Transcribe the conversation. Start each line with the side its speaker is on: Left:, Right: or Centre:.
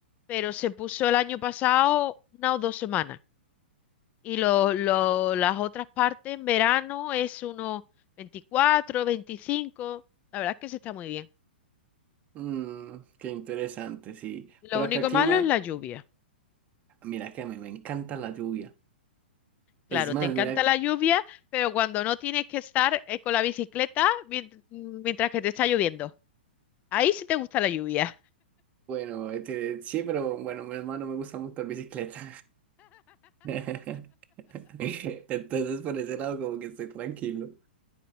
Left: pero se puso el año pasado una o dos semanas. Y lo- lo- las otras partes en verano es unos 24 veinticinco La verdad es que se está muy bien.
Right: Mm, qué interesante, sí.
Left: Lo
Right: Por acá
Left: único
Right: el clima,
Left: malo es la lluvia.
Right: mira que a mí me encanta la lluvia. Es
Left: Claro,
Right: más,
Left: te encanta
Right: mira.
Left: la lluvia, pero cuando no tienes que estar eh, con la bicicleta mient- mientras que te está lloviendo. Ahí sí te gusta la lluvia.
Right: Bueno, este, sí, pero bueno, mi hermano me gusta mucho la bicicleta. <laughs> Entonces, por ese lado, como que estoy tranquilo.